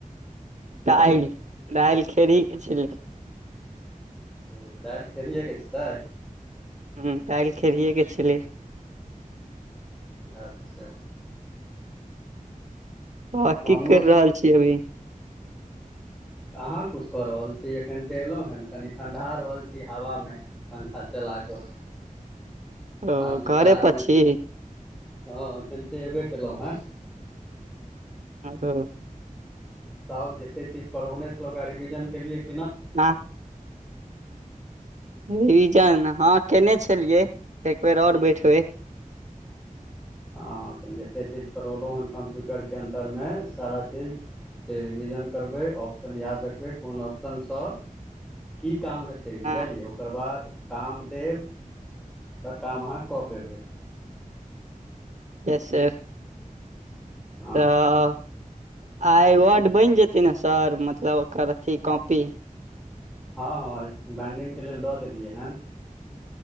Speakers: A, on the right; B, in the centre.
A: दाइल खेरही के छेले
B: ओ दालि खेरेके छै
A: ह तल खरिय छलै
B: अच्छा
A: तऽ
B: हमरो
A: की करि रहल छी अभी
B: तऽ कहाँ कुछ कऽ रहल छी एखन तऽ एलहुँ हेन कनि ठंढा रहल छी हवा मे पंखा चला कऽ
A: ओ
B: आ
A: घरे
B: विचारमे
A: पर छी
B: हँ एखन ते एबे केलहुँ हँ
A: ह
B: त जते चीज पढ़ौने छलौ ओकरा रिविजन केलियै की
A: ह रिविजन हँ केने छलियै एक बेर आओर बैठबै
B: हँ तऽ जतेक चीज पढ़लहुँ हन कम्प्यूटरके अन्दरमे सारा चीज के रिविजन करबै ऑप्शन याद रखबै कोन ऑप्शनसँ की काम हेतै बुझलियै
A: हँ
B: ओकर बाद काम देब तऽ काम अहाँ कऽ पेबै
A: यस सर
B: हँ
A: तऽ आइ वर्ड बनि जेतै ने सर मतलब ओकर अथी कॉपी
B: हँ हँ बैंडिङंगके लेल दऽ देलियै हँ